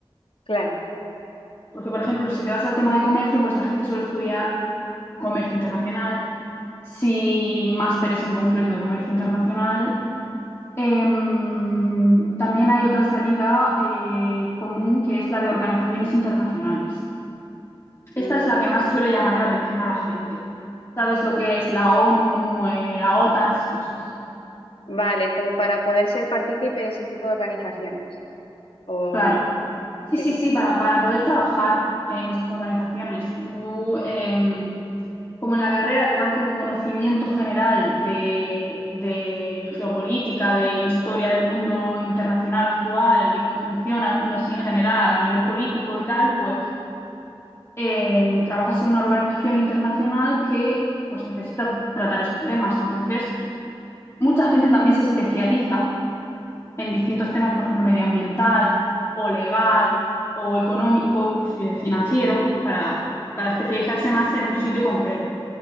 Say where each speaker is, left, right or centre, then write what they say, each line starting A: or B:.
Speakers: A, on the left; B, on the left.
A: claro.
B: Porque, por ejemplo, si te vas al tema de comercio, pues la gente suele estudiar comercio internacional, si másteres en concreto de comercio internacional. Em, también hay otra salida eh, común que es la de organizaciones internacionales Esta
A: Mm,
B: es la que más suele llamar la atención a la gente. ¿Sabes lo que es la ONU, eh, la OTAN, esas cosas?
A: vale, como para poder ser partícipe de ese tipo de organizaciones, ¿o
B: Claro.
A: no?
B: Sí,
A: Sí,
B: sí, sí, para, para poder trabajar en esas organizaciones. Tú, em, como en la carrera, te dan como conocimiento general de, de geopolítica, de historia del mundo internacional actual, de cómo funciona el mundo así en general, a nivel político y tal, pues em, trabajas en una organización internacional que pues necesita tratar esos temas. Entonces, mucha gente también se especializa en distintos temas, por ejemplo, medioambiental o legal o económico, fi- financiero, para, para especializarse más en un sitio concreto.